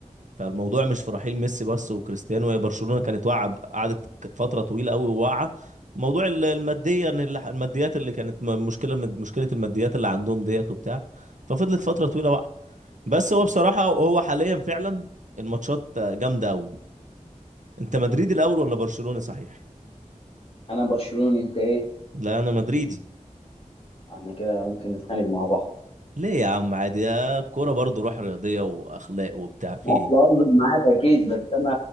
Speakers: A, on the right; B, on the left.
A: فالموضوع مش في رحيل ميسي بس وكريستيانو هي برشلونه كانت واقعه ب- قعدت ك- فتره طويله قوي واقعه موضوع ال- الماديه ان ال- الماديات اللي كانت م- مشكله مشكله الماديات اللي عندهم ديت وبتاع ففضلت فتره طويله واقعه بس هو بصراحه هو حاليا فعلا الماتشات جامده قوي انت مدريدي الاول ولا برشلوني صحيح
B: انا برشلوني انت ايه
A: لا انا مدريدي
B: احنا كده ممكن نتخانق مع بعض
A: ليه يا عم عادي يا كوره برضو روح رياضيه واخلاق وبتاع في
B: لا،
A: ايه
B: بهزر معاك اكيد بس انا